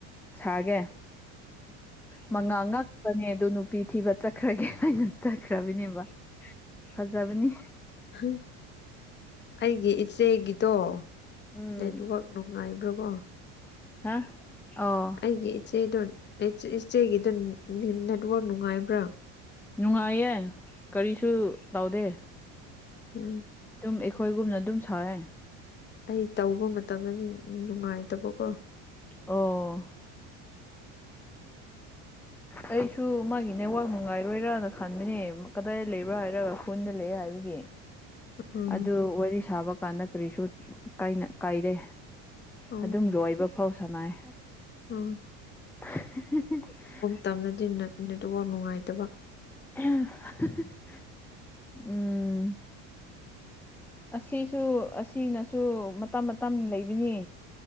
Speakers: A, in the centre; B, on the left (about 30°).
A: ꯁꯥꯒꯦ ꯃꯉꯥ ꯉꯥꯛꯄꯅꯦ ꯑꯗꯨ ꯅꯨꯄꯤ ꯊꯤꯕ ꯆꯠꯈ꯭ꯔꯒꯦ ꯍꯥꯏꯅ ꯆꯠꯈ꯭ꯔꯕꯅꯦꯕ ꯐꯖꯕꯅꯦ
B: ꯍꯨꯝ ꯑꯩꯒꯤ ꯏꯆꯦꯒꯤꯗꯣ
A: ꯎꯝ
B: ꯅꯦꯠꯋꯥꯛ ꯅꯨꯡꯉꯥꯏꯕ꯭ꯔꯣꯒꯣ
A: ꯍꯥ ꯑꯧ
B: ꯑꯩꯒꯤ ꯏꯆꯦꯗꯣ ꯑꯦꯆꯦ ꯏꯆꯦꯒꯤꯗꯣ ꯅꯦ ꯅꯦꯠꯋꯥꯛ ꯅꯨꯡꯉꯥꯏꯕ꯭ꯔꯥ
A: ꯅꯨꯡꯉꯥꯏꯌꯦ ꯀꯔꯤꯁꯨ ꯇꯧꯗꯦ
B: ꯎꯝ
A: ꯗꯨꯝ ꯑꯩꯈꯣꯏꯒꯨꯝꯅ ꯑꯗꯨꯝ ꯁꯥꯢꯌꯦ
B: ꯑꯩ ꯇꯧꯕ ꯃꯇꯝꯗꯗꯤ ꯅꯨꯡꯉꯥꯏꯇꯕꯀꯣ
A: ꯑꯣ ꯑꯩꯁꯨ ꯃꯥꯒꯤ ꯅꯦꯠꯋꯥꯛ ꯅꯨꯡꯉꯥꯏꯔꯣꯏꯔꯅ ꯈꯟꯕꯅꯦ ꯀꯗꯥꯏ ꯂꯩꯕ꯭ꯔꯥ ꯍꯥꯏꯔꯒ ꯈꯨꯟꯗ ꯂꯩꯌꯦ ꯍꯥꯏꯕꯒꯤ
B: ꯎꯝ
A: ꯑꯗꯨ ꯋꯥꯔꯤ ꯁꯥꯕ ꯀꯥꯟꯗ ꯀꯔꯤꯁꯨ ꯀꯥꯏꯅ ꯀꯥꯢꯗꯦ
B: ꯎꯝ
A: ꯑꯗꯨꯝ ꯂꯣꯏꯕꯐꯥꯎ ꯁꯥꯟꯅꯩ
B: ꯎꯝ
A: <unintelligible>
B: ꯇꯝꯗꯗꯤ ꯅꯦ ꯅꯦꯠꯋꯥꯛ ꯅꯨꯡꯉꯥꯏꯇꯕ
A: <unintelligible> ꯎꯝ ꯑꯁꯤꯁꯨ ꯑꯁꯤꯅꯁꯨ ꯃꯇꯝ ꯃꯇꯝ ꯂꯩꯕꯅꯦ